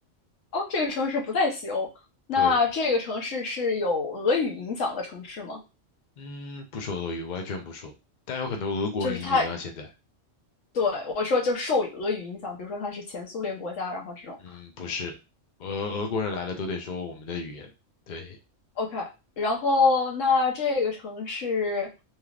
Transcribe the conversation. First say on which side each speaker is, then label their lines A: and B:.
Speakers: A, on the left (about 85°); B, on the left (about 45°).
A: 哦，这个城市不在西欧。那这个城市是有俄语影响的城市吗？
B: 对。嗯，不说俄语，完全不说。但有很多俄国移民啊，
A: 就是它，
B: 现在，
A: 对，我说就受俄语影响，比如说它是前苏联国家，然后这种。
B: 嗯，不是，俄俄国人来了都得说我们的语言。对，
A: OK，然后那这个城市，